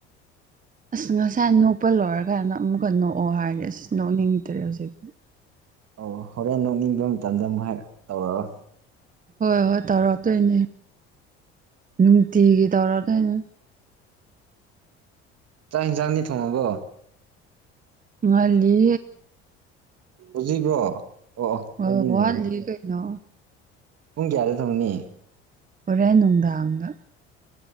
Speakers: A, on the right; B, on the right.
A: ꯑꯁ ꯉꯁꯥꯏ ꯅꯣꯛꯄ ꯂꯣꯏꯔꯀꯥꯟꯗ ꯑꯃꯨꯛꯀ ꯅꯣꯛꯑꯣ ꯍꯥꯏꯔꯗꯤ ꯑꯁ ꯅꯣꯛꯅꯤꯡꯗ꯭ꯔꯦ ꯍꯧꯖꯤꯛꯇꯤ
B: ꯑꯣ ꯍꯣꯔꯦꯟ ꯅꯣꯛꯅꯤꯡꯕ ꯃꯇꯝꯗ ꯑꯃꯨꯛ ꯍꯥꯏ ꯇꯧꯔꯑꯣ
A: ꯍꯣꯏ ꯍꯣꯏ ꯇꯧꯔꯛꯛꯇꯣꯏꯅꯦ ꯅꯨꯡꯇꯤꯒꯤ ꯇꯧꯔꯛꯗꯣꯏꯅꯦ
B: ꯆꯥꯛ ꯍꯤꯡꯁꯥꯡꯅꯤ ꯊꯣꯡꯉꯕꯣ
A: ꯃꯥꯜꯂꯤ
B: ꯎꯁꯤꯕ꯭ꯔꯣ ꯑꯣ ꯀꯗꯤ
A: ꯑꯣ
B: ꯉꯜꯂꯤ
A: ꯋꯥꯠꯂꯤ ꯀꯩꯅꯣ
B: ꯄꯨꯡ ꯀꯌꯥꯗ ꯊꯪꯅꯤ
A: ꯄꯨꯣꯔꯦ ꯅꯨꯡꯗꯥꯗ